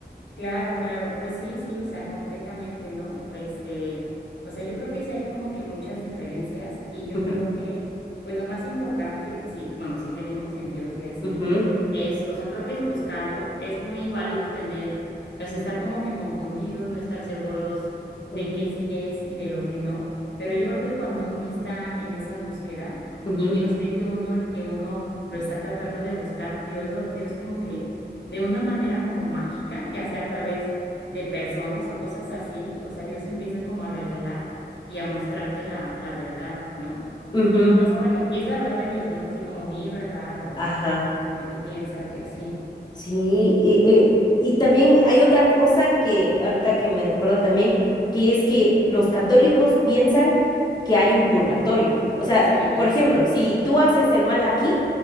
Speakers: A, on the left; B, on the left.
A: Claro, claro, pues sí, sí, o sea, completamente, ¿no? Este, o sea, yo creo que sí hay como que muchas diferencias y yo
B: Ujú,
A: creo que, pues lo más importante, sí, bueno, si creemos en Dios y así,
B: ujú,
A: es, o sea, creo que es buscarlo, es muy válido tener, o sea, estar como que confundidos, no estar seguros de
B: ujú,
A: qué sí es y de lo que no, pero yo creo que cuando uno está en esa búsqueda
B: ujú,
A: y Dios ve que uno, que uno lo está tratando de buscar, Dios, lo- Dios como que de una manera como mágica, ya sea a través de personas o cosas así, o sea, Dios empieza como a revelar y a mostrarte la, la verdad, ¿no?
B: ujú,
A: Y no, o sea, bueno, y es la verdad de Dios, no es así como mi verdad o
B: Ajá.
A: lo que tú piensas y así.
B: Sí, y, eh, y también hay otra cosa que ahorita que me recuerdo también, que es que los católicos piensan que hay un purgatorio. O sea,
A: Sí,
B: por ejemplo,
A: sí.
B: si tú haces el mal aquí